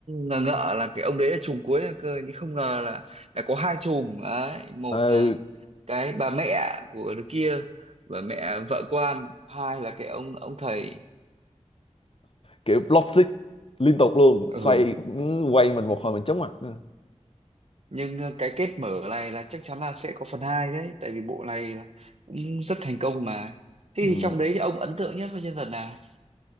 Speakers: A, on the right; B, on the left.
A: ngờ ngợ là cái ông đấy là trùm cuối cơ nhưng không ngờ là là có hai trùm đấy một
B: Ờ,
A: là cái bà mẹ của đứa kia bà mẹ vợ quan hai là cái ông ông thầy
B: kiểu block stick liên tục luôn
A: ừ
B: xoay ừ, quay mình một hồi mình chóng mặt nữa.
A: nhưng ờ, cái kết mở này là chắc chắn là sẽ có phần 2 đấy tại vì bộ này là cũng rất thành công mà thế
B: ừ.
A: thì trong đấy thì ông ấn tượng nhất với nhân vật nào